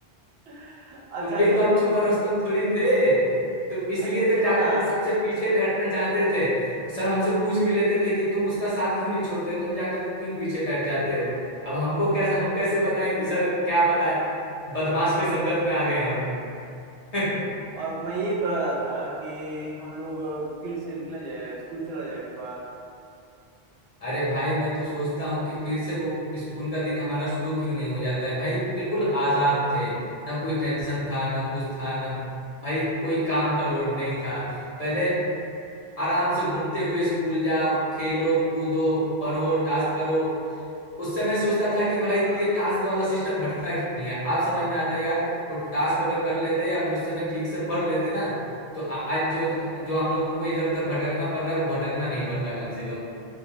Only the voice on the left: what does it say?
तुम भी
कम छुपा रुस्तम थोड़ी थे तो इसलिए
तो
जाकर
के सबसे पीछे बैठना चाहते थे सर हमसे पूछ भी लेते थे कि तुम उसका साथ क्यों नहीं छोड़ते हो तुम जाकर के क्यों पीछे बैठ जाते हो अब हमको कैसे हम कैसे बताएं कि सर क्या पता है बदमाश के संगत में आ गए हम <laughs>
अरे भाई मैं तो सोचता हूँ कि फिर से वो स्कूल का दिन हमारा शुरू क्यों नहीं हो जाता है भाई बिल्कुल आजाद थे ना कोई टेंशन था ना कुछ था ना भाई कोई काम का लोड नहीं था पहले आराम से घूमते हुए स्कूल जाओ खेलो कूदो पढ़ो टास्क करो उस समय सोचता था कि भाई ये टास्क वाला सिस्टम हटता क्यों नहीं है अब समझ में आता है यार वो टास्क अगर कर लेते अगर उस समय ठीक से पढ़ लेते ना तो आज जो जो हम लोगों को इधर उधर भटकना पड़ रहा है वो भटकना नहीं पड़ता कम से कम